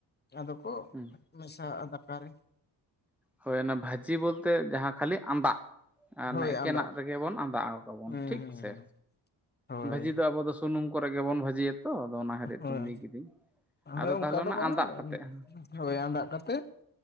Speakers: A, on the left (about 25°); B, in the centre.
A: ᱟᱫᱚ ᱠᱚ
B: ᱦᱩᱸ
A: ᱢᱮᱥᱟ-ᱟ ᱫᱟᱠᱟᱨᱮ
B: ᱦᱳᱭ ᱚᱱᱟ ᱵᱷᱟᱹᱡᱤ ᱵᱚᱞᱛᱮ ᱡᱟᱦᱟᱸ ᱠᱷᱟᱹᱞᱤ ᱟᱸᱫᱟᱜ ᱟᱨ
A: ᱦᱳᱭ
B: ᱮᱠᱮᱱᱟᱜ
A: ᱟᱸᱫᱟᱜ
B: ᱨᱮᱜᱮ ᱵᱚᱱ ᱟᱫᱟ ᱠᱟᱵᱚᱱ
A: ᱦᱩᱸ
B: ᱴᱷᱤᱠ
A: ᱦᱩᱸ
B: ᱥᱮ᱾
A: ᱦᱩᱸ ᱦᱳᱭ
B: ᱵᱷᱟᱹᱡᱤ ᱫᱚ ᱟᱵᱚ ᱫᱚ ᱥᱩᱱᱩᱢ ᱠᱚᱨᱮ ᱜᱮᱵᱚᱱ ᱵᱷᱟᱹᱡᱤᱭᱟᱛᱚ ᱟᱫᱚ ᱚᱱᱟ ᱦᱚᱛᱮᱡ
A: ᱦᱳᱭ
B: ᱛᱮ ᱞᱟᱹᱭ ᱠᱤᱫᱟᱹᱧ
A: ᱦᱳᱭ
B: ᱟᱫᱚ
A: ᱚᱱᱠᱟ
B: ᱛᱟᱦᱚᱞᱮ
A: ᱫᱚ
B: ᱚᱱᱟ
A: ᱵᱟᱝ-ᱟ
B: ᱟᱸᱫᱟᱜ ᱠᱟᱛᱮᱜ ᱦᱮᱸ
A: ᱦᱳᱭ ᱟᱫᱟᱜ ᱠᱟᱛᱮᱫ